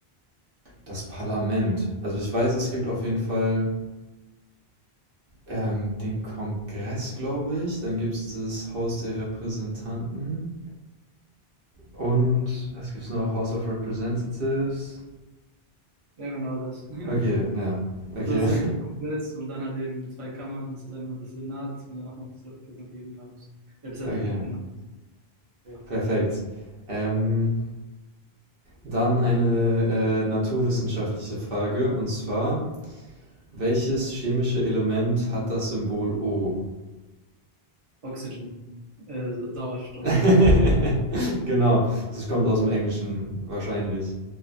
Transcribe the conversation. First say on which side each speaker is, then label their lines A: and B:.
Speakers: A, on the right; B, on the right.
A: Das Parlament. Also ich weiß, es gibt auf jeden Fall ähm, den Kongress, glaube ich. Dann gibt es das Haus der Repräsentanten. Und was gibt es noch? House of Representatives.
B: Ja, genau das. <laughs>
A: Okay, ja. Okay,
B: Also Das ist eigentlich der Kongress und dann halt eben zwei Kammern, das ist einmal das Senat und danach noch das Repräsentativenhaus. Repräsentantenhaus.
A: <laughs> okay.
B: Ja.
A: Perfekt. Ähm, dann eine äh, naturwissenschaftliche Frage. Und zwar, welches chemische Element hat das Symbol O?
B: Oxygen, äh, Sauerstoff.
A: <laughs> Genau, das kommt aus dem Englischen wahrscheinlich.